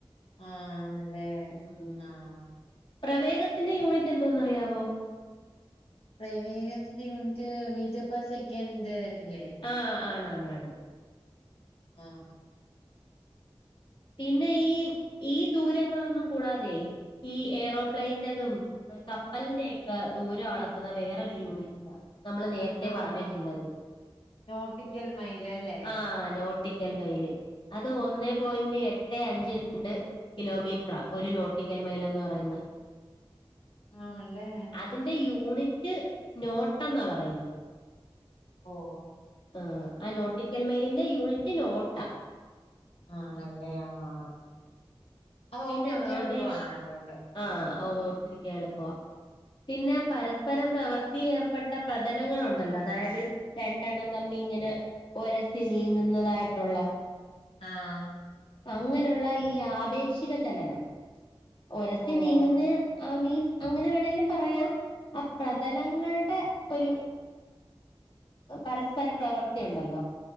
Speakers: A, on the left; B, on the left.
A: ആണല്ലേ
B: ഉം
A: ആഹ്
B: പ്രവേഗത്തിന്റെ യൂണിറ്റ് എന്തുവാന്ന് അറിയാവോ
A: പ്രവേഗത്തിന്റെ യൂണിറ്റ് മീറ്റർ പെർ സെക്കൻഡ് ഇല്ലേ
B: ആഹ് ആണ് ആണ് ആണ്
A: ആഹ്
B: പിന്നെ ഈ ഈ ദൂരങ്ങളൊന്നും കൂടാതെയെ ഈ എയ്റോപ്ലെയ്ൻൻ്റെതും കപ്പലിന്റെക്കെ ദൂരം അളക്കുന്ന വേറൊരു യൂണിറ്റ നമ്മള് നേരത്തെ
A: ആഹ്
B: പറഞ്ഞിട്ടല്ലത്
A: നോട്ടിക്കൽ മൈലല്ലേ
B: ആഹ് നോട്ട <unintelligible> അത് ഒന്നേ പോയിന്റ് <unintelligible> എട്ടേ അഞ്ച് രണ്ട് കിലോമീറ്ററ ഒരു നോട്ടിക്കൽ മൈലെന്ന് പറയുന്നെ
A: ആണല്ലേ
B: അതിന്റെ യൂണിറ്റ് നോട്ട് എന്നാ പറയുന്നെ
A: ഓഹ്
B: ആഹ് ആഹ് നോട്ടിക്കൽ മൈലിന്റെ യൂണിറ്റ് നോട്ട
A: ആണല്ലേ ആഹ് അത്
B: പിന്നെ
A: ഓർത്തിരിക്കാൻ
B: ആപേക്ഷ
A: എളുപ്പവാണ് അതുകൊണ്ട്
B: ആഹ് ഓഹ് ഓർത്തിരിക്കാൻ എളുപ്പവാ പിന്നെ പരസ്പരം പ്രവൃത്തിയിൽ ഏർപ്പെട്ട പ്രതലങ്ങൾ ഉണ്ടല്ലോ അതായത് രണ്ടെണ്ണം തമ്മി ഇങ്ങനെ ഒരസി നീങ്ങുന്നതായിട്ടുള്ള
A: ആഹ്
B: അങ്ങനെ ഉള്ള ഈ ആപേക്ഷിക ചലനം ഒരസി
A: ഓഹ്
B: നീങ്ങുന്നേ ആഹ് മീൻസ് അങ്ങനെ വേണേങ്കിലും പറയാം ആ പ്രതലങ്ങൾടെ ഒരു പരസ്പര പ്രവൃത്തി ഉണ്ടല്ലോ